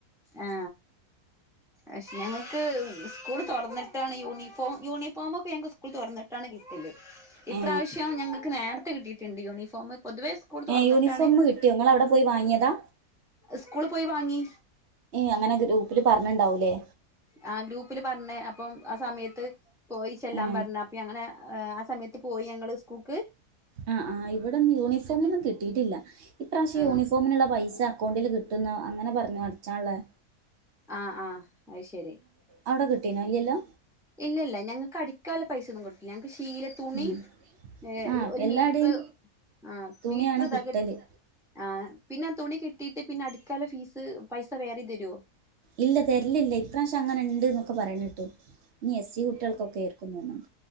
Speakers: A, in the centre; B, on the right.
A: ആ പക്ഷെ ഞങ്ങൾക്ക് സ്കൂൾ തുറന്ന യൂണഫോ, യൂണിഫോമൊ ക്കെ ഞങ്ങക്ക് സ്കൂൾ തൊറന്നിട്ടാണ് കിട്ടല്. ഇപ്രാവശ്യം
B: ഏ
A: ഞങ്ങക്ക് നേരത്തെ കിട്ടിയിട്ടുണ്ട് യൂണിഫോം പൊതുവേ സ്കൂൾ തുറന്നിട്ടാണ്
B: ഏ യൂണിഫോം കിട്ടിയോ ഇങ്ങളവിടെ പോയി വാങ്ങിയതാ
A: സ്കൂളിൽ പോയി വാങ്ങി
B: അങ്ങനെ ഗ്രൂപ്പില് പറഞ്ഞണ്ടാവൂല്ലേ?
A: ആ ഗ്രൂപ്പില് പറഞ്ഞ്. അപ്പം ആ സമയത്ത് പോയി ചെല്ലാൻ
B: ഏ
A: പറഞ്ഞ അപ്പ അങ്ങനെ ആ ആ സമയത്ത് പോയി ഞങ്ങള് സ്കൂക്ക്
B: ആ ആ ഇവിടെന്നും യൂണിഫോമൊന്നും കിട്ടിട്ടില്ല, ഇപ്രാവശ്യം
A: ആഹ്
B: യൂണിഫോമിനുള്ള പൈസ അക്കൗണ്ടിൽ കിട്ടും അങ്ങനെ പറഞ്ഞു അടിച്ചാള്ളേ
A: ആ ആ അത് ശരി.
B: അവിടെ കിട്ടിനോ? ഇല്ലല്ലോ?
A: ഇല്ല ഇല്ല ഞങ്ങക്ക് അടിക്കാല പൈസൊന്നും കിട്ടൂല ഞങ്ങക്ക് ശീല തുണി
B: ഉം
A: ഏ
B: ആഹ്
A: ഒരു
B: എല്ലാടേം
A: മീറ്റർ ആ
B: തുണിയാണ്
A: മീറ്റർ
B: കിട്ടല്
A: തക ആ പിന്നെ ആ തുണി കിട്ടിട്ട് പിന്നെ അടി ക്കാല ഫീസ് പൈസ വേറിം തരോ
B: ഇല്ല തെരലില്ല. ഇപ്രാവശ്യം അങ്ങനെ ഇണ്ട് ന്നൊക്കെ പറേണെ എസ് യു കുട്ടികൾക്കൊക്കെ ർക്കും തോന്നണ്.